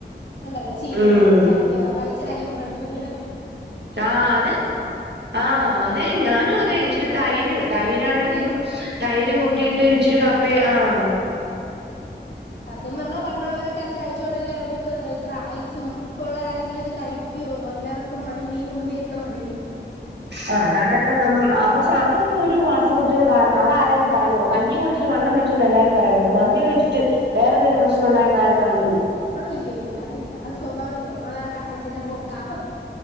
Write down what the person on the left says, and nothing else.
ഉണ്ടല്ലോ ചീനിയോ
ച ക്ക്യ വളിച്ചതായാലും കുഴപ്പല്ല.
ഉം
ചമ്മന്തി
സത്യം പറഞ്ഞാ പണ്ടുള്ളവരൊക്കെ അത് കഴിച്ചോണ്ടല്ലേ അവർക്ക് ഇത്ര ആയുസും ഇപ്പൊ ഉള്ള ആരെങ്കിലും ഇത് കഴി ക്ക്യോ. എല്ലാർക്കും മന്തിയും കുന്തിയൊക്കെ മതി.
ആഹ് ഇല്ലില്ലില്ലാ അതില്ല അത് സ്വാഭാവികം അതാ കാലത്തിന്റെ പൊക്കാ